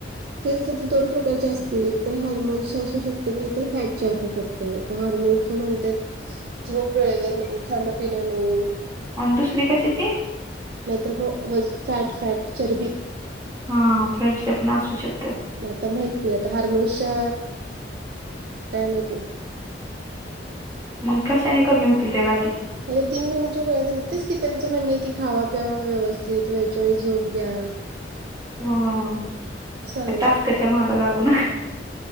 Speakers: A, on the right; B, on the right.
A: तेच ते दोन प्रकारचे असतील एक तर हार्मोन्सच्या असू शकत तर नाही तर हार्डच्याअसू शकतात हार्मोन्स म्हणतायत झोप वेळेवर नाही खाणपिण नाही
B: अन दुसरी कशाची
A: नाही तर मग वज फॅट फॅट चर्बी
B: हा आ फॅटसच्या पण असु शेकत्यात
A: म आता माहित नाही आता हार्मोन्सच्या काय माहिती
B: मग कशानी कमी होतील त्या गाठी
A: मला तीन महिन्याच्या गोळ्या दिल्या तेच की त्यांचं म्हणणं आहे की खावा पिवा व्यवस्थित वेळच्या वेळीस झोप घ्या
B: हा अ
A: सांगितलं
B: या टासकच्या मागे लागून <unintelligible>